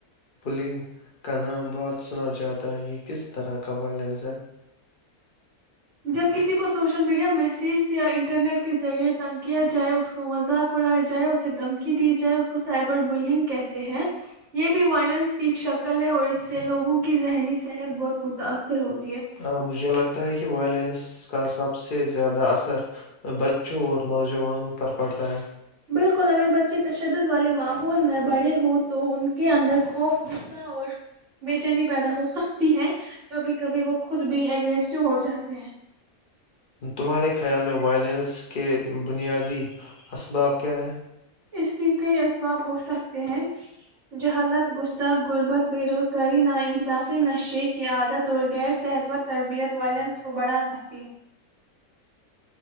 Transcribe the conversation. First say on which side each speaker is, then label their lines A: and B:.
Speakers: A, on the left; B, on the right.
A: بلنگ کا نام بہت سنا جاتا ہے یہ کس طرح کا وائلنس ہے
B: جب کسی کو سوشل میڈیا میسیج یا انٹرنیٹ کے ذریعے تنگ کیا جائے اس کو مذاق اڑایا جائے اسے دھمکی دی جائے اس کو سائبر بلینگ کہتے ہیں یہ بھی وائلینس کی شک قلعے اور اس سے لوگوں کی ذہنی صحت بہت متاأثر ہوتی ہے
A: ہاں مجھے لگ یہ کہ وائلینس کا سب سے زیادہ اثر بچوں اور نوجوانوں پر پڑتا ہے
B: ل کول اگر بچے تشدد والے ماحول میں بڑے ہووں تو ان کے اندر خوف غصہ اور بے چینی پیدا ہو سکتی ہے کبھی کبھی وہ خود بھی ایگریسو ہو جاتے ہیں
A: تمہارے خیال میں وائلنس کے بنیادی اسباب کیا ہے
B: اس کے کئی اسباب ہو سکتے ہیں جہالت غصہ غربت بے روزگاری نا انصافی نشے کی عادت اور غیر صحت مند تربیت والائلینس کو بڑھا سکتی ہے